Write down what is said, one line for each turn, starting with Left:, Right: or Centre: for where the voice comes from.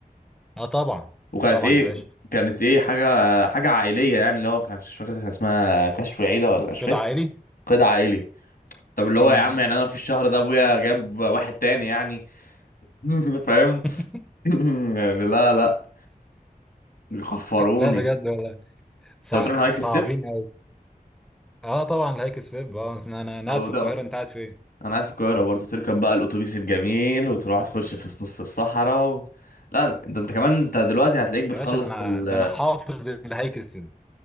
Centre: اه طبعا
Left: وكانت
Centre: طبعا
Left: ايه
Centre: يا باشا
Left: كانت ايه حاجه حاجه عائليه يعني اللي هو كان مش فاكر كان اسمها كشف عيله ولا مش
Centre: كده
Left: فاكر
Centre: عائلي
Left: قيد عائلي طب اللي هو
Centre: امم
Left: يا عم يعني انا في الشهر ده ابويا جاب واحد تاني يعني <laughs> فاهم
Centre: <laughs>
Left: <laughs> يعني لا لا بيخفروني
Centre: لا بجد والله صع-
Left: انت بتروح هايك
Centre: صعبين اه طبعا الهيك السب اه أصل انا انا
Left: ستيب
Centre: قاعد في القاهره انت قاعد فين
Left: انا قاعد في القاهره برضو تركب بقى الاتوبيس الجميل وتروح تخش في نص الصحراء و... لا ده انت كمان انت دلوقتي هتلاقيك بتخلص
Centre: يا باشا ده انا
Left: ال...
Centre: ده انا حافظ الهيك السب